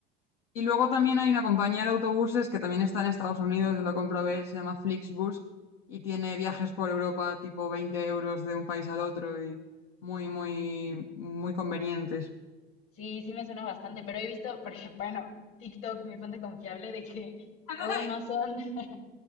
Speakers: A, on the left; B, on the left.
A: Y luego también hay una compañía de autobuses que también está en Estados Unidos, yo lo comprobé, se llama Flixbus y tiene viajes por Europa tipo 20 euros de un país al otro y muy, muy, muy convenientes.
B: Sí, sí me suena bastante, pero he visto, porque, bueno, TikTok, mi fuente confiable, de que
A: <laughs>
B: luego no son, <laughs>